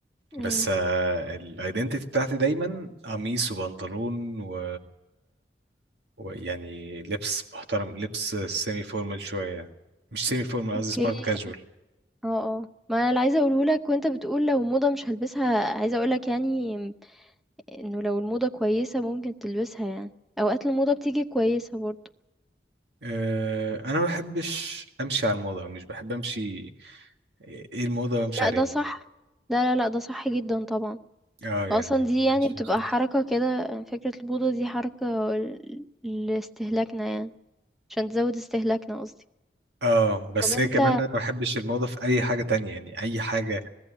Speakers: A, in the centre; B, on the right.
A: <laughs>
B: بس الايدنتيتي بتاعتي دايما قميص وبنطلون و... ويعني لبس محترم لبس سيمي فورمال شوية مش سيمي فورمال
A: اوكي
B: قصدي سمارت كاجوال
A: اه اه ما انا اللي عايزه اقوله لك وانت بتقول لو موضه مش هلبسها عايزه اقول لك يعني انه لو الموضه كويسه ممكن تلبسها يعني اوقات الموضه بتيجي كويسه برضو
B: أه انا ما بحبش امشي على الموضه مش بحب امشي ايه الموضه وامشي
A: لا
B: على
A: ده
B: ايه
A: صح لا لا لا ده صح جدا طبعا
B: اه يعني
A: اصلا دي يعني
B: ماليش
A: بتبقى
B: فيها خالص
A: حركه كده يعني فكره الموضه دي حركه ل- لاستهلاكنا يعني عشان تزود استهلاكنا قصدي
B: اه بس
A: طب انت
B: هي كمان انا ما بحبش الموضه في اي
A: مم.
B: حاجه تانية يعني اي حاجه